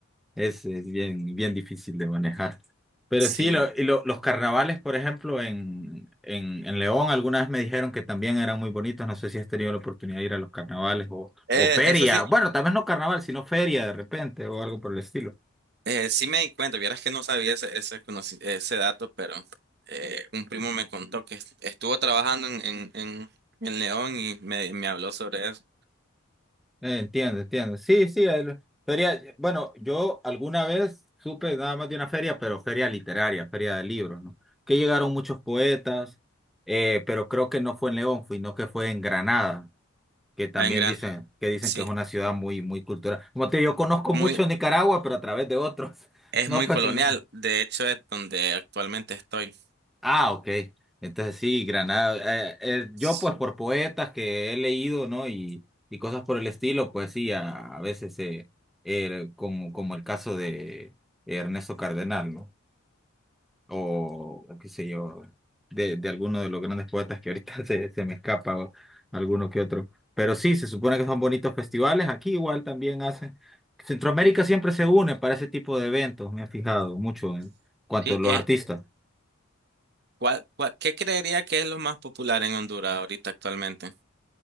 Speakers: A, in the centre; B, on the right (about 50°).
A: Es, es bien, bien difícil de manejar. Pero
B: Sí.
A: sí, lo- y lo- los carnavales, por ejemplo, en, en, en León, alguna vez me dijeron que también eran muy bonitos. No sé si has tenido la oportunidad de ir a los carnavales o,
B: Eh,
A: o feria.
B: eso sí.
A: Bueno, tal vez no carnaval, sino feria de repente o algo por el estilo.
B: Eh, sí me di cuenta, vieras que no sabía ese, ese, conoci- ese dato, pero eh, un primo me contó que est- estuvo trabajando en, en, en, en León y me, me habló sobre eso.
A: Eh, entiendo, entiendo. Sí, sí, el- feria. Bueno, yo alguna vez supe nada más de una feria, pero feria literaria, feria de libros, ¿no? Que llegaron muchos poetas, eh, pero creo que no fue en León, sino que fue en Granada. que también
B: En Gran,
A: dicen que dicen
B: sí,
A: que es una ciudad muy muy cultural. Como te digo, yo conozco
B: muy,
A: mucho Nicaragua, pero a través de otros. <laughs>
B: es
A: No,
B: muy
A: porque
B: colonial,
A: no.
B: de hecho es donde actualmente estoy.
A: Ah, ok. Entonces sí, Granada. Eh, eh, yo
B: Sí,
A: pues por poetas que he leído, ¿no? Y, y cosas por el estilo, pues sí, a, a veces eh, eh, como, como el caso de Ernesto Cardenal, ¿no? o qué sé yo, de, de alguno de los grandes poetas que ahorita <laughs> se, se me escapa, o alguno que otro. Pero sí, se supone que son bonitos festivales, aquí igual también hacen. Centroamérica siempre se une para ese tipo de eventos, me he fijado mucho en cuanto
B: Sí,
A: a los
B: es,
A: artistas.
B: ¿cuál, cuál- qué creería que es lo más popular en Honduras ahorita actualmente?